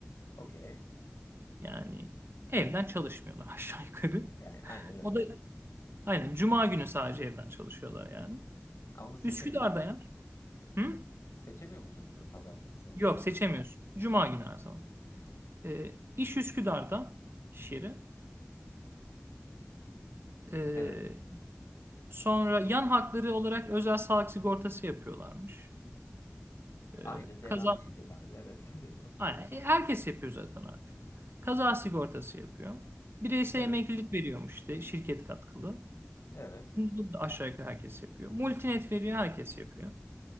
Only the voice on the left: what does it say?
Okey.
Yani aynen öyle.
Ama onu seçemiyorsun
yani.
Seçemiyor musun e, pazartesi, salı,
çarşamba?
Evet.
Aynı Zehra'nın
şirketi abi. Evet. <laughs> Devam et.
Evet.
Evet.